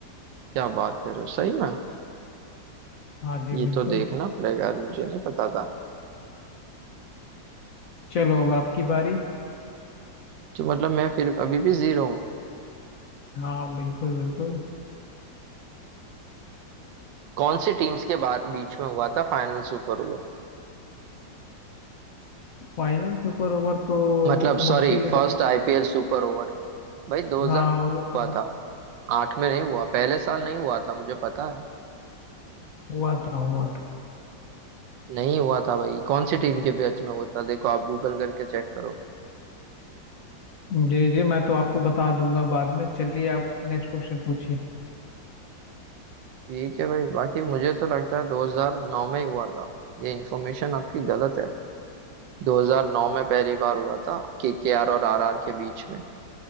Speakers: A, on the right; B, on the left.
A: क्या बात कर रहे हो सही में
B: हाँ जी
A: ये
B: बिल्कुल
A: तो देखना पड़ेगा यार, मुझे नहीं पता था
B: चलो अब आपकी बारी
A: तो मतलब मैं फिर अभी भी जीरो हूँ
B: हाँ बिल्कुल बिल्कुल
A: कौन सी टीम्स के बाहर बीच में हुआ था फाइनल सुपर ओवर
B: फाइनल सुपर ओवर तो
A: मतलब sorry
B: मुश्किल है
A: first
B: बताना
A: IPL super over भाई 2009
B: हाँ वो
A: में
B: तो
A: हुआ था आठ में नहीं हुआ पहले साल नहीं हुआ था मुझे पता है
B: हुआ था हुआ
A: नहीं हुआ था भाई कौन सी टीम के बीच में हुआ था देखो आप गूगल करके चेक करो
B: जी जी मैं तो आपको बता दूंगा बाद में चलिए आप नेक्स्ट क्वेश्चन पूछिए
A: ठीक है भाई बाकी मुझे तो लगता है 2009 में ही हुआ था ये इन्फॉर्मेशन आपकी गलत है 2009 में पहली बार हुआ था केकेआर और आरआर के बीच में